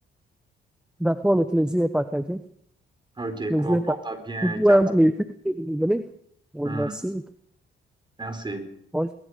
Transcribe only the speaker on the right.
Ok,
porte-toi
bien.
Ciao.
Hum,
merci.